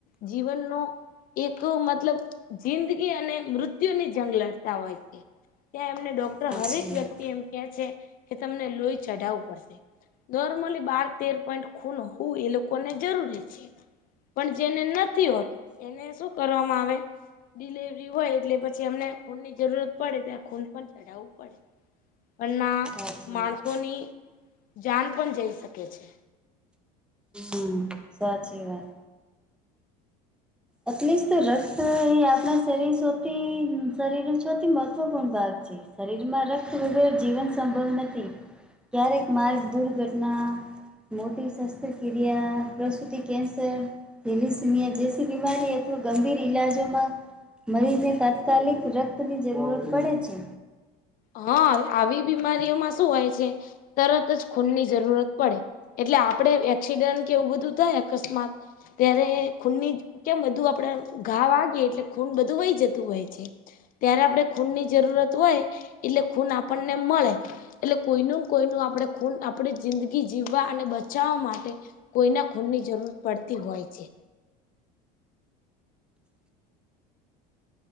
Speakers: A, on the left (about 45°); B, in the centre.
A: જીવનનો. એક મતલબ જિંદગી અને મૃત્યુની. જંગ લડતા હોય છે ત્યાં એમને ડોક્ટર
B: વાત સાચી
A: હરેક
B: વાત
A: વ્યક્તિ એમ. એ છે કે તમને લોહી ચઢાવવું પડશે. નોર્મલી બાર તેર પોઈન્ટ ખૂન હોવું એ લોકોને જરૂરી છે. પણ જેને નથી હોતું એને શું કરવામાં આવે ડિલેવરી હોય એટલે પછી. એમને ખૂનની જરૂરત પડે ત્યા ખૂન પણ ચઢાવવું પડે પણના.
B: સાચી
A: માણસોની
B: વાત
A: જાન પણ જઈ શકે છે.
B: હમ સાચી વાત. એટલે જ તો રક્ત એ આપણા શરીર સૌથી શરીર નું સૌથી મહત્વપૂર્ણ ભાગ છે. શરીરમાં રક્ત વગેર જીવન સંભવ નથી. ક્યારેક માર્ગ દુર્ઘટના. મોટી શસ્ત્રક્રિયા પ્રસુતિ કેન્સર હલીસીમિયા જે. બીમારી અથવા ગંભીર ઈલાજોમાં. મરીજ ને તાત્કાલિક રક્તની જરૂરત પડે છે.
A: હ આવી બીમારીઓમાં શું હોય છે. તરતજ ખૂનની જરૂરત પડે એટલે આપડે એક્સિડન્ટ કે એવું બધું થાય અકસ્માત. ત્યારે ખૂનની કેમ બધું આપડે ઘા વાગી એટલે. ખૂન બધું વહી જતું હોય છે ત્યારે આપડે ખૂન ની જરૂરત હોય. એટલે ખૂન આપણને મળે. એટલે કોઈનું કોઈનું આપણે ખૂન આપણી જિંદગી જીવવા અને બચાવવા માટે. કોઈના ખૂન ની જરૂર પડતી હોય છે.